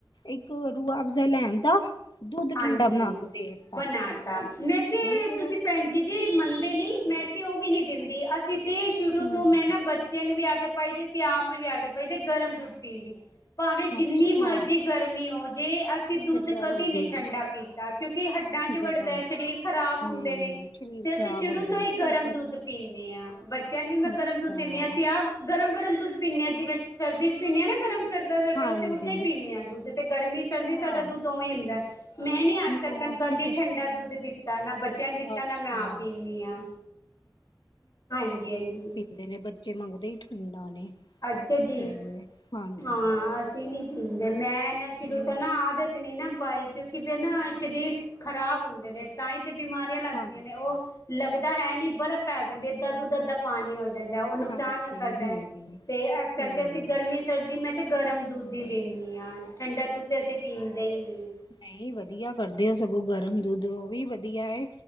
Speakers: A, on the left (about 80°); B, on the left (about 50°).
A: ਇੱਕ ਰੂਆਫ਼ਜ਼ਾ ਲੈਣ ਦਾ ਦੁੱਧ
B: ਹਾਂਜੀ,
A: ਠੰਡਾ ਬਣਾ ਕੇ ਦੇ ਦਿੱਤਾ
B: ਬਣਾ ਤਾ ਮੈਂ ਤੇ
A: ਹੋਰ
B: ਤੁਸੀਂ ਭੈਣ ਜੀ ਜੀ ਮੰਨਦੇ ਨੀ, ਮੈਂ ਤੇ ਉਹ ਵੀ ਨਹੀਂ ਦਿੰਦੀ, ਅਸੀਂ ਤੇ ਸ਼ੁਰੂ
A: ਹੂੰ
B: ਤੋਂ ਮੈਂ ਨਾ ਬੱਚ ਤੈਨ ਵੀ ਆਦਤ ਪਾਈ ਤੇ ਅਸੀ ਆਪ ਵੀ ਆਦਤ ਪਾਈ ਤੇ ਗਰਮ ਦੁਧ ਪੀਣ ਦੀ, ਭਾਵੇਂ ਜਿੰਨੀ
A: ਅੱਛਾ
B: ਮਰਜ਼ੀ ਗਰਮੀ ਹੋ ਜੇ ਅਸੀਂ ਦੁੱਧ
A: ਤੇ ਗਰਮ
B: ਕਦੀ ਨੀ
A: ਦੁੱਧ
B: ਠੰਡਾ ਪੀਤਾ ਕਿਉਂਕਿ ਹੱਡਾਂ ਚ
A: ਗਰਮ
B: ਵੜਦੈ, ਸ਼ਰੀਰ ਖ਼ਰਾਬ ਹੁੰਦੇ
A: ਹੂੰ
B: ਨੇ,
A: ਸਰੀਰ
B: ਤੇ
A: ਖ਼ਰਾਬ
B: ਅਸੀਂ ਸ਼ੁਰੂ
A: ਹੁੰਦੇ
B: ਤਾਂ
A: ਨੇ
B: ਈ ਗਰਮ ਦੁੱਧ ਪੀਂਨੇ ਆ, ਬੱਚਿਆਂ ਨੂੰ ਵੀ ਮੈਂ
A: ਅੱਛਾ
B: ਗਰਮ ਦੁੱਧ ਦੇੱਨੀ ਆ ਅਸੀਂ ਆਪ ਗਰਮ-ਗਰਮ ਦੁੱਧ ਪੀਂਣੇ ਆਂ ਜਿਵੇਂ ਸਰਦੀ ਚ ਪੀਂਣੇ ਆ ਨਾ ਗਰਮ ਸੜਦਾ-ਸੜਦਾ
A: ਹਾਂਜੀ
B: ਅਸੀਂ ਉੱਦਾਂ ਈ ਪੀਂਣੇ ਆਂ ਦੁੱਧ ਤੇ ਗਰਮੀ-ਸਰਦੀ
A: ਅੱਛਾ
B: ਸਾਡਾ ਦੁੱਧ ਉਵੇ ਈ ਹੁੰਦਾ ਮੈਂ ਨੀ ਆਜ
A: ਨਾ
B: ਤਕਣ
A: ਅਸੀਂ
B: ਕਦੀ
A: ਤੇ
B: ਠੰਡਾ ਦੁੱਧ ਦਿੱਤਾ ਨਾ ਬੱਚ ਜੈ ਦਿੱਤਾ
A: ਅੱਛਾ
B: ਨਾ ਮੈਂ ਆਪ ਪੀਂਣੀ ਆਂ, ਹਾਂਜੀ-ਹਾਂਜੀ
A: ਮੇਰੇ ਬੱਚੇ ਮੰਗਦੇ ਈ ਠੰਡਾ ਨੇ
B: ਅੱਛਾ
A: ਕੀ
B: ਜੀ,
A: ਕਰੀਏ ਹਾਂਜੀ
B: ਹਾਂ ਅਸੀਂ ਨੀ ਪੀਂਦੇ ਮੈਂ ਨਾ ਸ਼ੁਰੂ
A: ਹਮ,
B: ਤੋਂ ਨਾ ਆਦਤ ਨੀ ਨਾ ਪਾਈ ਕਿਉਂਕਿ ਫੇਰ ਨਾ ਸ਼ਰੀਰ ਖ਼ਰਾਬ ਹੋਂਦੇ ਨੇ ਤਾਂਈ ਤੇ ਬਿਮਾਰੀ ਫੇਰ ਲੱਗਦੀਆਂ
A: ਹਾਂਜੀ
B: ਨੇ, ਓਹ ਲੱਗਦਾ ਹੈ ਨੀ ਬਰਫ਼ ਪੈ ਜਾਂਦੀ ਏ, ਦਾ ਦੁੱਧ ਅੱਦਾ ਪਾਣੀ ਹੋ ਜਾਂਦੈ, ਉਹ ਨੁਕਸਾਨ
A: ਹਾਂਜੀ
B: ਕਰਦੈ,
A: ਹਾਂਜੀ
B: ਤੇ ਐਸ ਕਰਕੇ
A: ਹੂੰ
B: ਅਸੀਂ ਗਰਮੀ-ਸਰਦੀ ਮੈਂ ਕੇਆ ਗਰਮ ਦੁੱਧ ਦੇ ਦੇਣੀ ਆਂ, ਠੰਡਾ ਦੁੱਧ ਤੇ ਅਸੀਂ ਪੀਂਦੇ ਈ ਨੀਂ।
A: ਨਈ, ਵਧੀਆ ਕਰਦੇ ਓ ਸਗੋਂ ਗਰਮ ਦੁੱਧ ਓਵੀ ਵਧੀਆ ਐ।